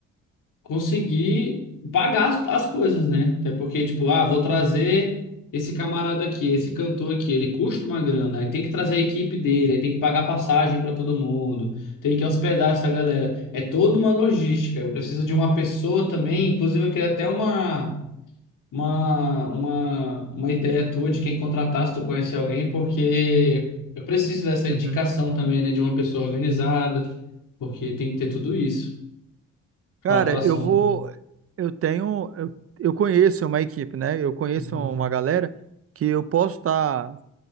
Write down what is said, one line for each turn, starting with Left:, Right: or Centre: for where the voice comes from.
Left: conseguir pagar as, as coisas, né? Até porque, tipo, ah, vou trazer esse camarada aqui, esse cantor aqui, ele custa uma grana, aí tem que trazer a equipe dele, aí tem que pagar passagem para todo mundo, tem que hospedar essa galera. É toda uma logística. Eu preciso de uma pessoa também, inclusive eu queria até uma. Uma, uma, uma ideia tua de quem contratar, se tu conhecer alguém, porque eu preciso dessa
Right: Uhum.
Left: indicação também, né? De uma pessoa organizada, porque tem que ter tudo isso.
Right: Cara,
Left: para Atração.
Right: eu vou. Eu tenho. Eu, eu conheço uma equipe, né? Eu conheço
Left: Uhum.
Right: uma galera que eu posso estar.